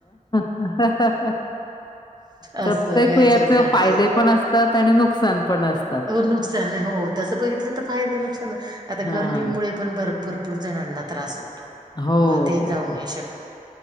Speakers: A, on the left; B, on the right.
A: अह प्रत्येक
B: असं याच्यासाठी
A: वयाचे फायदे पण अस त आणि नुकसान पण असतं.
B: हो नुकसानय. हो, तसं बघितलं तर फायदे - नुकसान, आता
A: हां.
B: गरमीमुळे पण भरपूर- पूर जणांना त्रास होतो.
A: हो,
B: मग ते
A: हो,
B: जाऊ
A: हो.
B: नाही शकत.